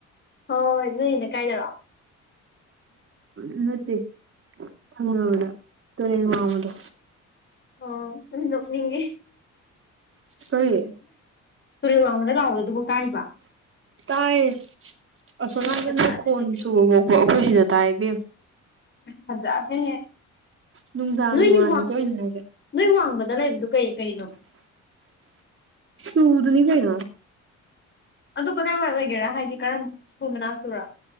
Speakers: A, on the left; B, on the right.
A: ꯍꯣꯏ ꯅꯣꯏꯅꯦ ꯀꯥꯏꯗꯔꯣ
B: ꯎꯝ ꯅꯠꯇꯦ ꯊꯪꯅꯕꯗ ꯇꯨꯔꯦꯟ ꯋꯥꯡꯃꯗꯣ
A: ꯑꯣꯅꯤꯡꯒꯤ
B: ꯇꯔꯤ
A: ꯇꯨꯔꯦꯜ ꯋꯥꯡꯃꯗ ꯂꯥꯛꯑꯣꯗꯣ ꯑꯗꯨꯐꯥꯎ ꯇꯥꯔꯤꯕ
B: ꯇꯥꯏꯌꯦ ꯑꯁꯣꯅꯥꯕꯅ
A: ꯐꯖꯗ꯭ꯔꯦꯍꯦ
B: ꯈꯣꯟ ꯁꯨꯕ ꯄꯣꯛꯄ ꯑꯩꯈꯣꯏ ꯁꯤꯗ ꯇꯥꯏꯕ
A: ꯍꯖꯥꯗ
B: ꯅꯨꯡꯗꯥꯡꯒꯤ
A: ꯅꯣꯏꯒꯤ
B: ꯋꯥꯅꯤꯀꯣ ꯑꯩꯅ ꯍꯥꯏꯁꯦ
A: ꯅꯣꯏ ꯋꯥꯡꯃꯗ ꯂꯩꯕꯗꯨ ꯀꯩ ꯀꯩꯅꯣ
B: ꯇꯨ ꯑꯗꯨꯅꯤ ꯀꯩ
A: ꯑꯗꯨ ꯀꯗꯥꯏꯋꯥꯏ ꯑꯣꯏꯒꯦꯔꯥ ꯍꯥꯏꯗꯤ ꯀꯔꯝ ꯁ꯭ꯀꯨꯜꯅꯅꯥꯥꯛꯇꯣꯏꯔꯣ